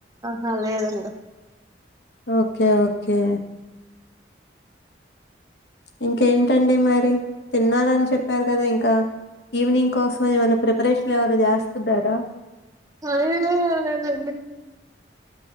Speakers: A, on the right; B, on the left.
A: అ లేేరంట
B: ఓకే ఓకే ఇంకేంటండి మరి తిన్నారని చెప్పారు కదా ఇంకా ఈవినింగ్ కోసం ఏమైనా ప్రిపరేషన్ ఎవరు జాస్త దారా
A: అదేనా అదేదండి